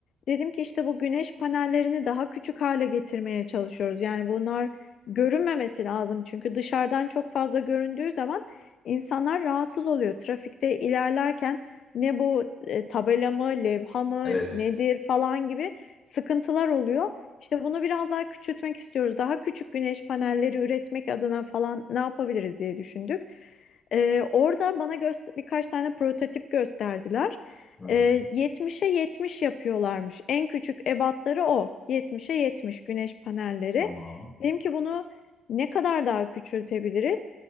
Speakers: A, on the left (about 65°); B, on the left (about 35°).
A: Dedim ki işte bu güneş panellerini daha küçük hale getirmeye çalışıyoruz. Yani bunlar görünmemesi lazım çünkü dışarıdan çok fazla göründüğü zaman insanlar rahatsız oluyor. Trafikte ilerlerken ne bu e, tabela mı, levha mı,
B: Evet.
A: nedir falan gibi sıkıntılar oluyor. İşte bunu biraz daha küçültmek istiyoruz. Daha küçük güneş panelleri üretmek adına falan ne yapabiliriz diye düşündük. Ee, orada bana göster birkaç tane prototip gösterdiler.
B: Hı hı.
A: Ee, 70'e 70 yapıyorlarmış. En küçük ebatları o. 70'e 70 güneş panelleri.
B: Tamam.
A: Dedim ki bunu ne kadar daha küçültebiliriz?